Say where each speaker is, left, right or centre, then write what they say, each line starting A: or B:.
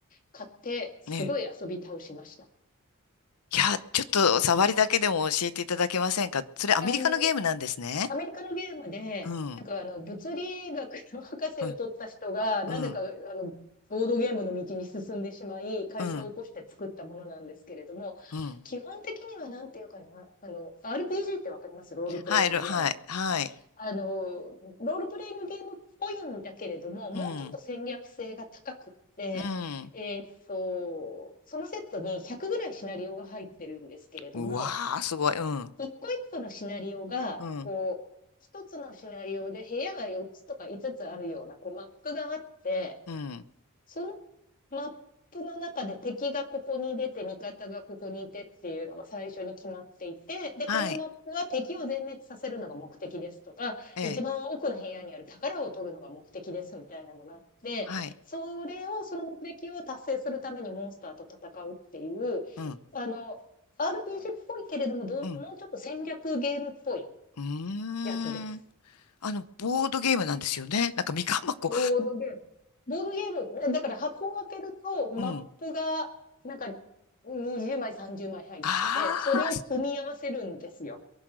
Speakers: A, on the left; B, on the left.
A: 買って、すごい遊び倒しました。
B: ねえ。いや、ちょっと、触りだけでも教えていただけませんかそれ、アメリカのゲームなんですね。
A: あのアメリカのゲームで、
B: うん。
A: なんかあの、物理学の博士を取った人が、
B: うん。
A: なぜか、
B: うん。
A: あの、ボードゲームの道に進んでしまい、会社を起こして作ったものなんですけれども、
B: うん。うん。
A: 基本的にはなんていうかな、あの、RPG ってわかりますロールプレイングゲーム。
B: 入るはい。はい。
A: あの、ロールプレイングゲームっぽいんだけれども、もうちょっと戦略性が高くって、
B: うん。うん。
A: えーっと、そのセットに100ぐらいシナリオが入ってるんですけれども、
B: うわあ、すごい。うん。
A: 一個一個のシナリオが、
B: うん。
A: こう、一つのシナリオで部屋が4つとか5つつあるような、こう、マップがあって、
B: うん。
A: そのマップの中で敵がここに出て、味方がここにいてっていうのが最初に決まっていて、で、
B: はい。
A: このマップは敵を全滅させるのが目的ですとか、
B: ええ。
A: 一番奥の部屋にある宝を取るのが目的ですみたいなのがあって、
B: はい。
A: それを、その目的を達成するためにモンスターと戦うっていう、
B: うん。
A: あの、RPG っぽいけれどもどう、
B: うん。
A: もうちょっと戦略ゲームっぽい
B: うーん。
A: やつです。
B: あの、ボードゲームなんですよね。なんかみかん箱。
A: ボードゲーム。ボードゲーム、だから箱を開けると、マップが、
B: うん。
A: なんか、20枚、30枚入ってて、
B: あ
A: それを組み合わせるんですよ。
B: ー